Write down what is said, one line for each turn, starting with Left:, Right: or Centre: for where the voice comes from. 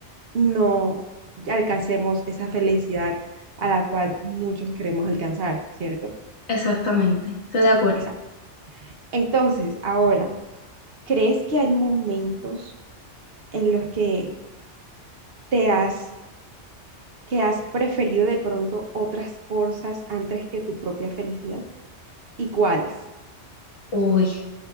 Right: no alcancemos esa felicidad a la cual muchos queremos alcanzar, ¿cierto?
Left: Exactamente, estoy de acuerdo.
Right: Esa. Entonces, ahora, ¿crees que hay momentos en los que te has que has preferido de pronto otras cosas antes que tu propia felicidad? ¿Y cuáles?
Left: Uy,